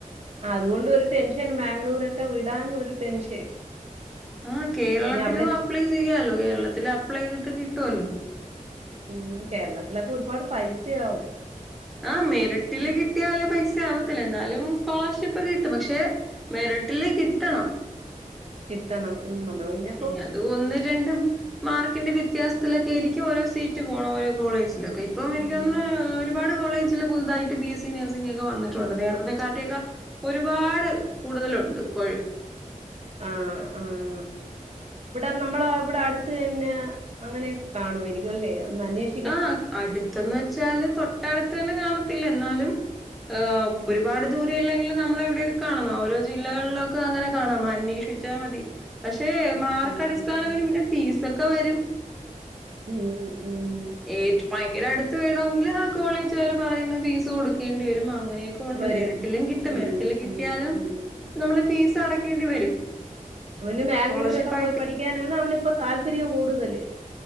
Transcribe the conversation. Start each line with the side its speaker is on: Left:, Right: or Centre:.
Right: അതുകൊണ്ടൊരു ടെൻഷൻ ബാംഗ്ലൂരൊക്കെ വിടാനും ഒരു ടെൻഷൻ.
Centre: ആ കേരളത്തിലും
Right: ഇനി അവിടെ
Centre: അപ്ലൈ ചെയ്യാലോ കേരളത്തില് അപ്ലൈ ചെയ്തിട്ട് കിട്ടുമല്ലോ.
Right: ഉം കേരളത്തിലൊക്കൊരുപാട് പൈസയാവും
Centre: ആഹ മെറിട്ടില്
Right: ഇത്
Centre: കിട്ടിയാല് പൈസ ആവത്തില്ല. എന്നാലും സ്കോളർഷിപ്പ് കിട്ടും. പക്ഷെ മെറിട്ടില് കിട്ടണം.
Right: കിട്ടണം ഉം നമ്മള് പിന്നെ
Centre: ഉം അത് ഒന്ന് രണ്ടും. മാർക്കിന്റെ വ്യത്യാസത്തിലെക്കായിരിക്കും ഓരോ സീറ്റ് പോണോരോ കോളേജിലൊക്കെ ഇപ്പം ഇൻക്ക്തോന്ന്ണ്.
Right: ഉം ഉം
Centre: ഒരുപാട് കോളേജില് പുതുതായിട്ട് ബി എസ് സി നഴ്സിംഗൊക്കെ വന്നിട്ടുണ്ട് നേരത്തെ കാട്ടിയാക്കെ ഒരുപാട് കൂടുതലുണ്ട് ഇപ്പഴും
Right: ആഹ് ആഹ് ഇവിടെ നമ്മള ഇവടടുത്ത് തന്നെ അങ്ങനെയെക്കെ കാണുമായിരിക്കുംഅല്ലെ അന്വേഷി
Centre: അഹ് അടുത്തന്ന് വെച്ചാല് തൊട്ടട്ത്തന്നെ കാണത്തില്ല എന്നാലും ആഹ്
Right: ഉം
Centre: ഒരുപാട് ദൂരെയില്ലെങ്കിലും നമ്മളെവിടെക്കെ കാണുന്ന ഓരോ ജില്ലകളിലൊക്കെങ്ങനെ കാണാമ അന്വേഷിച്ചാ മതി പക്ഷേ മാർക്കടിസ്ഥാനവ
Right: ഉം ഉം
Centre: പിന്നെ ഫീസൊക്കെ വരും.
Right: ഉം ഉം
Centre: ഏറ്റ് ഭയങ്കര അടുത്ത് വേണോങ്കില് കോളേജ്ക്കാര് പറയുന്ന ഫീസ് കൊടുക്കേണ്ടി വരും അങ്ങനെയൊക്കെ ക്കൊണ്ട്
Right: വരും
Centre: മെറിറ്റിലും കിട്ടും
Right: ഉം
Centre: മെരറ്റില് കിട്ടിയാലും
Right: ഉം ഉം
Centre: നമ്മള് ഫീസ് അടക്കേണ്ടി വരും
Right: അവന് ബാംഗ്ലൂരൊക്കെ
Centre: സ്കോളർഷിപ്പ്
Right: പോയി
Centre: ആയിട്ട്
Right: പഠിക്കാനാണ് അവന്പ്പൊ താല്പര്യം കൂടുതല്